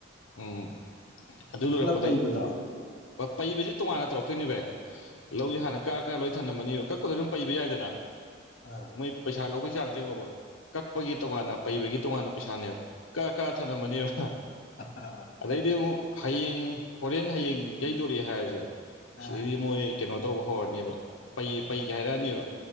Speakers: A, on the left; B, on the left.
A: ꯎꯝ ꯑꯗꯨ ꯂꯣꯏꯔꯛꯄꯗꯩ
B: ꯄꯩꯕꯗꯣ ꯑꯥ
A: ꯄꯩꯕꯁꯤ ꯇꯣꯉꯥꯟꯅ ꯇꯧꯔꯛꯇꯣꯏꯅꯦ ꯚꯥꯏ ꯂꯧꯁꯦ ꯍꯥꯟꯅ ꯀꯛꯑ ꯀꯥꯟ ꯂꯣꯏ ꯊꯂꯝꯃꯅꯤꯣ ꯀꯛꯄꯗꯣ ꯑꯗꯨꯝ ꯄꯩꯕ ꯌꯥꯏꯗꯅ
B: ꯑꯣ
A: ꯏ ꯄꯩꯁꯥ ꯂꯧꯕꯒꯤ ꯆꯥꯡꯁ ꯌꯦꯡꯉꯣꯕ ꯀꯛꯄꯒꯤ ꯇꯣꯉꯥꯟꯅ ꯄꯩꯕꯒꯤ ꯇꯣꯉꯥꯟꯅ ꯄꯩꯁꯥꯅꯦꯕ ꯀ ꯊꯅꯝꯃꯅꯤꯕ
B: ꯑꯥ
A: ꯑꯗꯩꯗꯤ ꯑꯃꯨꯛ ꯍꯌꯦꯡ ꯍꯣꯔꯦꯟ ꯍꯌꯦꯡ ꯌꯩꯗꯣꯔꯛꯑꯦ ꯍꯥꯏꯔꯁꯦꯕ
B: ꯑꯥ
A: ꯁꯤꯗꯩ ꯃꯣꯏ ꯀꯩꯅꯣ ꯇꯧꯕ ꯍꯧꯔꯅꯦꯕ ꯄꯩ ꯄꯩꯒꯦ ꯍꯥꯏꯔꯛꯑꯅꯦꯕ